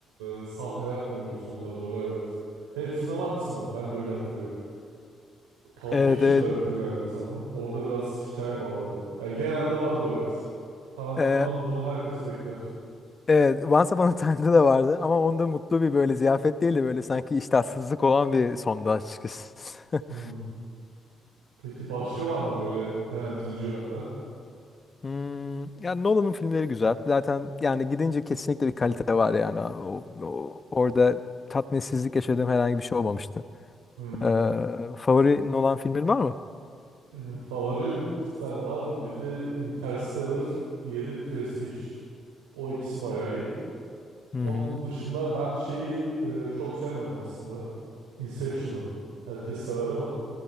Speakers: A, on the right (about 85°); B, on the left (about 40°).
A: e, sahneler koyuyor sonlara doğru evet. Hepsinde vardı sanırım. Ben de öyle hatırlıyorum. Pulp
B: Evet
A: Fiction'da
B: evet.
A: yoktu galiba sanırım. Orada biraz hikaye bağlıyordu. Yani genelde var bu evet. Tarantino'dan
B: Eee,
A: bunu herkes bekler.
B: evet Once Upon a Time'da da vardı ama onda mutlu bir böyle ziyafet değil de böyle sanki iştahsızlık olan bir sondu açıkçası. <laughs>
A: Hmm. Peki başka var mı böyle beğendiğiniz yönetmen?
B: Hmm, yani Nolan'ın filmleri güzel. Zaten yani gidince kesinlikle bir kalite var yani. O, o- orada tatminsizlik yaşadığım herhangi bir şey olmamıştı.
A: Hmm.
B: Ee, favorin olan filmin var mı?
A: Benim favorim iki tane var. Biri Interstellar, diğeri Prestige. O ikisi bayağı iyi.
B: Hı
A: Onun
B: hı.
A: dışında ben şeyi e, çok sevmedim aslında. Inception'ı. Herkes sever ama.